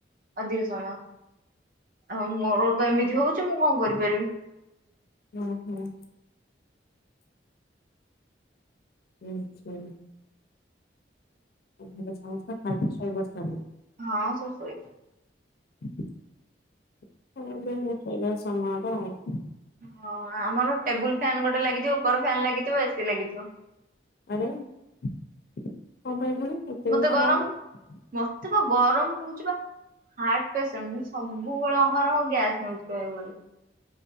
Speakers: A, on the right; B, on the left.
A: ଅଧିକ ସମୟ। ଆଉ ମୋର ତ ଏମିତି ହଉଛି ମୁଁ କଣ କରିପାରିବି?
B: ହୁଁ ହୁଁ ଆଛା। ଏ ଘରେ ସମସ୍ତେ ଖାଇକି ସୋଇ ପଡିଛନ୍ତି।
A: ହଁ ସବୁ ଶୋଇଛି
B: <unintelligible>
A: ହଁ ଆମର ଟେବୁଲ ଫ୍ୟାନ ଗୋଟେ ଲାଗିଚି ଉପର ଫ୍ୟାନ୍ ଲାଗିଥିବ ଏସି ଲାଗିଥିବ।
B: ଆରେ କଣ ପାଇଁ ପୁଣି ତିନିଟା
A: ମତେ ଗରମ
B: କଣ ପାଇଁ।
A: ମତେ ଗରମ କହୁଛି ବା ହାର୍ଟ ପେସେଣ୍ଟ ସବୁବେଳେ ଅହରହ ଗ୍ୟାସ ନଉଛି। କ